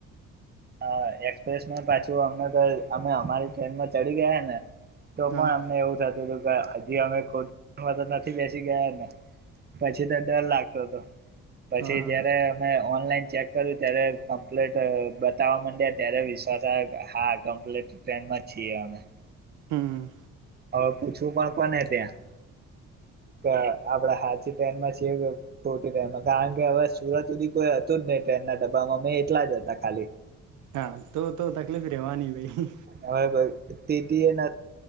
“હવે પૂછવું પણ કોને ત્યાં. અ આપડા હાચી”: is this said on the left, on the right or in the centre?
Right